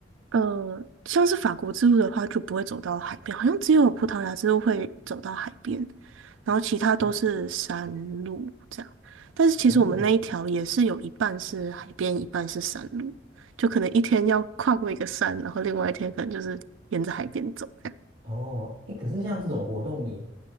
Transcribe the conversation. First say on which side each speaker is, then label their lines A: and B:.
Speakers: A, on the right; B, on the right.
A: 呃，像是法国之路的话，就不会走到海边，好像只有葡萄牙之路会走到海边，然后其他都是山路这样。
B: 哦
A: 但是其实我们那一条也是有一半是海边，
B: 哦，
A: 一半是山路，就可能一天要跨过一个山，然后另外一天可能就是沿着海边走这样。
B: 哦，哎，可是像这种活动你，